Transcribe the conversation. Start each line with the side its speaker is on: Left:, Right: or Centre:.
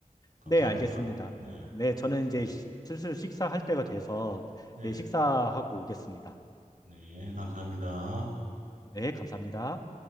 Right: 감사합니다.
Left: 네, 알겠습니다.
Right: 네,
Left: 네, 저는 이제
Right: 네,
Left: 시- 슬슬 식사할 때가 돼서
Right: 네,
Left: 네, 식사하고 오겠습니다.
Right: 네, 예, 감사합니다.
Left: 네, 감사합니다.